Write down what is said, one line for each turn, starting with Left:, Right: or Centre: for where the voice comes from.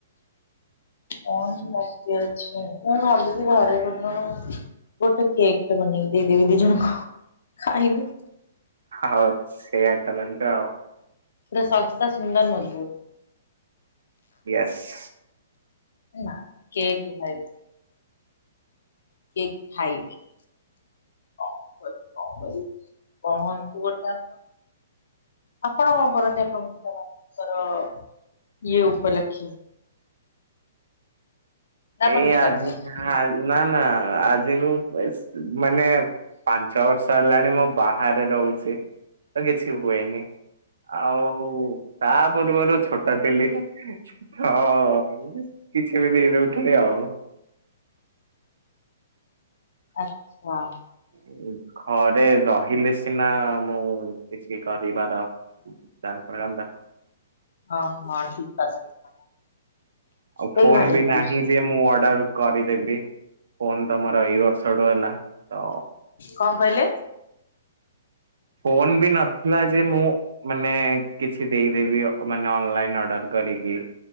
Left: କଣ ବାକି ଅଛି? ମୁଁ ଭାବୁଚି ଘରେ <inaudible> ଗୋଟେ କେକ୍ ଟେ ବନେଇକି ଦେଇଦେବି ଦି ଜଣକୁ ଖାଇବେ।
Right: ହଉ ସେଇଆ କରନ୍ତୁ ଆଉ।
Left: ପୁରା ଶସ୍ତା ସୁନ୍ଦର ମଜବୁତ୍।
Right: ଏସ୍।
Left: ନା କେକ୍ ଖାଇବେ। କେକ୍ ଖାଇବେନି। କଣ କର, କଣ କରିବି, କହନ୍ତୁ ଗୋଟା କଣ? ଆପଣ କଣ କରନ୍ତି ଆପଣଙ୍କ ପିତା ମାତାଙ୍କର ଇଏ ଉପଲକ୍ଷେ? ନା ଆପଣ
Right: ଏଇ
Left: କିଛି
Right: ଆଜି
Left: କରନ୍ତିନି
Right: ହା ନା ନା ଆଜି କୁ ଏସ୍ ମାନେ ପାନ୍ ଛଅ ବର୍ଷ ହେଲାଣି ମୁଁ ବାହାରେ ରହୁଛି ତ କିଛି ହୁଏନି। ଆଉ ତା ପୂର୍ବରୁ ଛୋଟ ଥିଲି। ହଁ କିଛି ବି ଦେଇଦଉଥିଲି ଆଉ।
Left: ଆଚ୍ଛା।
Right: ଏ ଏଇ ଘରେ ରହିଲେ ସିନା ମୁଁ କିଛି କରିବାର ଚାନ୍ସ ମିଳନ୍ତା।
Left: ହଁ, ହଁ ଠିକ୍ କଥା, ଠିକ୍ କଥା।
Right: ଆଉ
Left: ସେଇ
Right: ଫୋନ୍
Left: ଘରେ
Right: ବି
Left: ଥାଇ
Right: ନାହିଁ ଯେ ମୁଁ ଅର୍ଡର୍ କରିଦେବି ଫୋନ୍ ତ ମୋର ଏଇ ବର୍ଷଠୁ ହେଲା। ତ
Left: କଣ କହିଲେ?
Right: ଫୋନ୍ ବି ନଥିଲା ଯେ ମୁଁ ମାନେ କିଛି ଦେଇଦେବି ମାନେ ଅନଲାଇନ୍ ଅର୍ଡର୍ କରିକି।